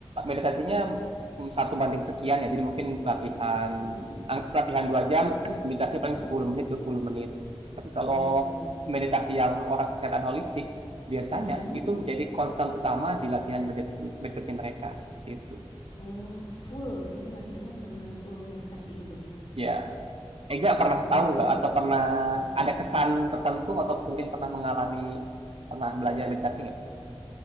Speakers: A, on the right; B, on the left.
A: meditasinya mm, satu banding sekian ya, jadi mungkin latihan
B: Mm-mm.
A: anggap latihan dua jam, <clears throat> meditasi paling
B: Mm-mm.
A: 10 menit, 20 menit. Tapi kalau
B: Oh gitu.
A: meditasi yang orang kesehatan holistik, biasanya
B: Mm-mm.
A: itu menjadi concern utama di latihan meditasi, meditasi mereka. Seperti itu.
B: Oh full. Ini latihannya benar-benar full meditasi gitu.
A: Ya, Ega pernah
B: Oh
A: tahu nggak atau pernah
B: apa?
A: ada kesan tertentu atau mungkin pernah mengalami, pernah belajar meditasi nggak?